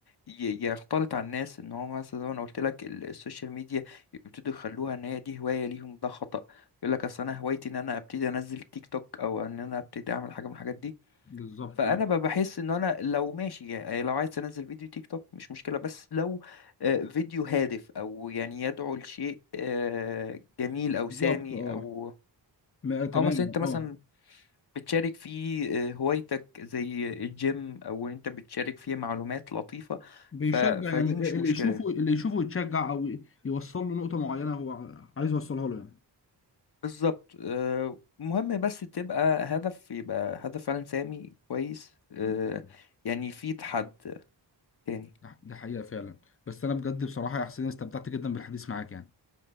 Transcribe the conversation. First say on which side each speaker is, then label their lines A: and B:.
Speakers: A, on the left (about 60°); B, on the left (about 30°).
A: ي- يختلط على الناس ان هو مثلا زي ما انا قلت لك ال- السوشيال ميديا يبتدوا يخلوها ان هي دي هوايه ليهم ده خطا يقول لك اصل انا هوايتي ان انا ابتدي انزل تيك توك او ان انا ابتدي اعمل حاجه من الحاجات دي
B: بالظبط
A: فانا ب- بحس ان انا لو ماشي يعني لو عايز انزل فيديو تيك توك مش مشكله بس لو آه، فيديو هادف او يعني يدعو لشيء آه، جميل
B: بالظبط
A: او سامي
B: اه
A: او
B: ما اتمنى
A: او مثلا انت مثلا
B: اه
A: بتشارك فيه آه، هوايتك زي الجيم او انت بتشارك فيه معلومات لطيفه
B: بيشجع
A: ف... فدي
B: يعني
A: مش
B: اللي
A: مشكله
B: يشوفه اللي يشوفه يتشجع او يوصل له نقطة معينة هو عايز يوصلها له يعني
A: بالظبط آه، مهم بس تبقى هدف يبقى هدف فعلا سامي كويس آه،
B: بالظبط
A: يعني في تحد تاني
B: ده ده حقيقة فعلا بس انا بجد بصراحة يا حسين استمتعت جدا بالحديث معاك يعني